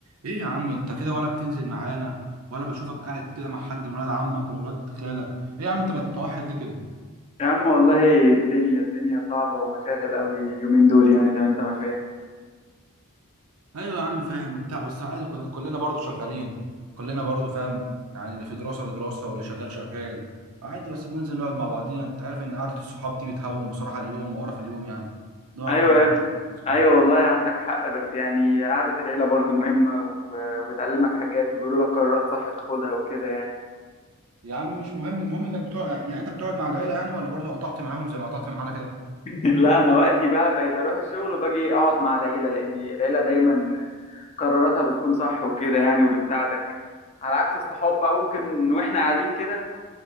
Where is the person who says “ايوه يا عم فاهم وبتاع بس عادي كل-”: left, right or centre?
Right